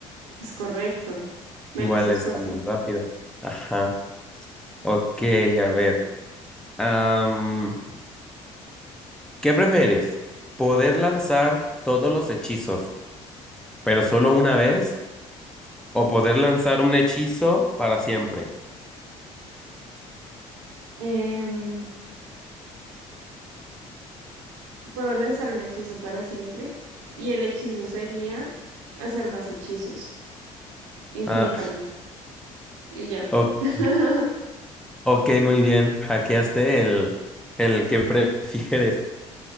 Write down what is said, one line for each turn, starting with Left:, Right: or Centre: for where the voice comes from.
Right: Es correcto, menos
Centre: Igual
Right: esfuerzo.
Centre: es también rápido. Ajá. Ok, a ver. Am, ¿qué prefieres? ¿Poder lanzar todos los hechizos, pero solo una vez? ¿O poder lanzar un hechizo para siempre?
Right: Em, Puedo lanzar un hechizo para siempre y el hechizo sería hacer más hechizos infinitamente.
Centre: Ah,
Right: Y ya.
Centre: <laughs> ok.
Right: <laughs>
Centre: Ok, muy bien. Hackeaste el, el que <laughs> prefieres.